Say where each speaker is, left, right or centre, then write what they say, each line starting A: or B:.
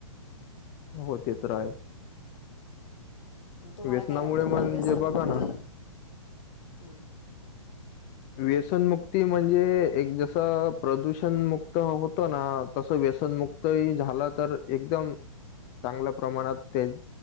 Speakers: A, on the left; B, on the left.
A: हो ते तर आहेच.
B: मग तुम्हाला
A: व्यसनामुळे
B: काय वाटतं
A: म्हणजे
B: व्यसनमुक्ती
A: बघा ना
B: हम्म.
A: व्यसनमुक्ती म्हणजे एक जसं प्रदूषणमुक्त होत ना तसं व्यसनमुक् त ही झाला तर एकदम चांगल्या प्रमाणात ते